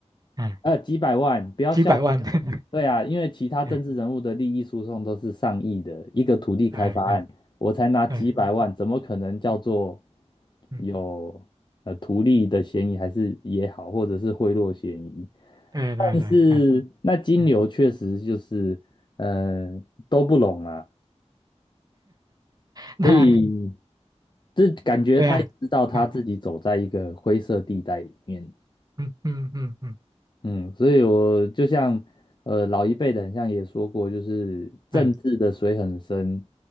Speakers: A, on the right; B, on the left.
A: 哎，
B: 呃，几百万，不要笑死人。
A: 几百万，<laughs>
B: 对啊，因为其他政治人物的利益输送都是上亿的一个土地开发案。
A: 哎哎哎
B: 我才拿几百万，
A: 对，嗯
B: 怎么可能叫做
A: 嗯嗯，
B: 有呃图利的嫌疑，还是也好，或者是贿赂嫌疑？
A: 对对对，
B: 但是那金牛确实就是呃都不拢啊，
A: 哎哎，那
B: 所以这感觉他也知道他自己走在一个灰色地带里面，
A: 对呀哎嗯嗯嗯嗯，
B: 嗯，所以我就像呃老一辈的，很像也说过，就是政治的水很深，
A: 哎